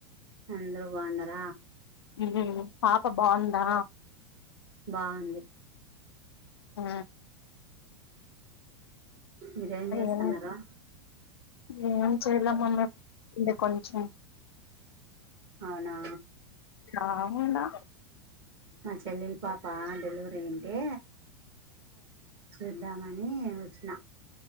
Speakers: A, on the right; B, on the left.
A: అందరు బాగుంన్నర
B: ఉమ్ పాప బాగుందా
A: బాగుంది
B: ఆ
A: మీరేం చేస్తన్నారు
B: ఏం ఏం చేయల మమ్మీ ఈడ కొంచం
A: అవునా
B: బాగుండా
A: మా చెల్లెలి పాప డెలివరీ అయింటే చూద్దామ ని వచ్చిన